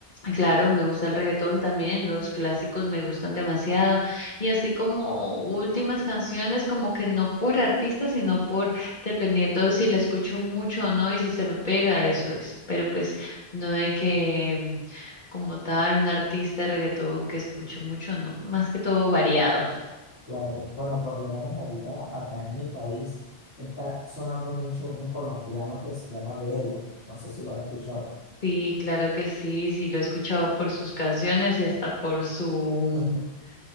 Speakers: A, on the left; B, on the left.
A: claro, me gusta el reggaetón también, los clásicos me gustan demasiado. Y así como últimas canciones, como que no por artista, sino por, dependiendo si la escucho mucho o no y si se me pega, eso es. Pero pues no de que mm, como tal un artista de reggaetón que escucho mucho, no, más que todo variado.
B: Claro, bueno, por lo menos ahorita acá en mi país está sonando mucho un colombiano que se llama Belo, no sé si lo han escuchado,
A: Sí, claro que sí, sí lo he escuchado por sus canciones y hasta por su, mm,
B: <laughs>